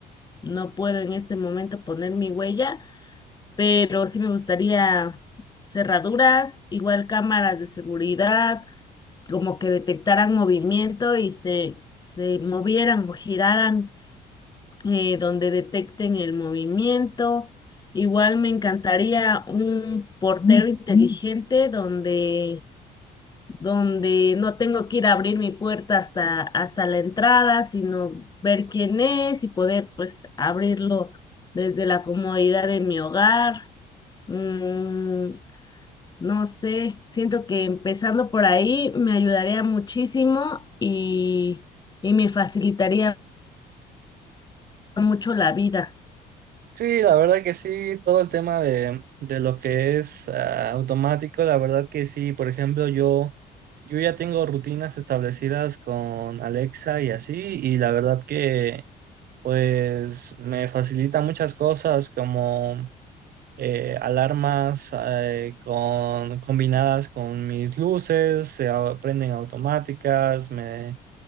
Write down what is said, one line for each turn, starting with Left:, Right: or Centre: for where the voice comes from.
Left: no puedo en este momento poner mi huella, pero sí me gustaría cerraduras, igual cámaras de seguridad como que detectaran movimiento y se, se movieran o giraran eh, donde detecten el movimiento. Igual me encantaría un portero inteligente donde, donde no tengo que ir a abrir mi puerta hasta, hasta la entrada, sino ver quién es y poder pues abrirlo desde la comodidad de mi hogar. Mm, no sé, siento que empezando por ahí me ayudaría muchísimo y, y me facilitaría mucho la vida.
Right: Sí, la verdad que sí, todo el tema de, de lo que es ah, automático, la verdad que sí, por ejemplo, yo, yo ya tengo rutinas establecidas con Alexa y así, y la verdad que pues me facilita muchas cosas como eh, alarmas eh, con, combinadas con mis luces, se au- prenden automáticas, me,